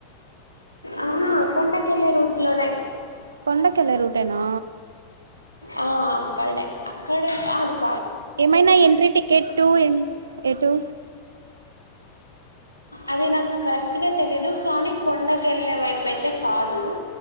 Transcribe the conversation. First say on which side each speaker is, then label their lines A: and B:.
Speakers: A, on the right; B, on the right.
A: ఆ కొండకలే రూట్ లోనే
B: కొండకెళ్ళే రూటేనా
A: ఆ అక్కడే క్కడే కా
B: ఎమఐ నా ఎంట్రీ టకెట్ టటు ఏ టూ
A: అది నాకు కరెక్ట్గా తెలీయదు కానీ కొండకి వెళ్ళే వైపు అయితే కాదు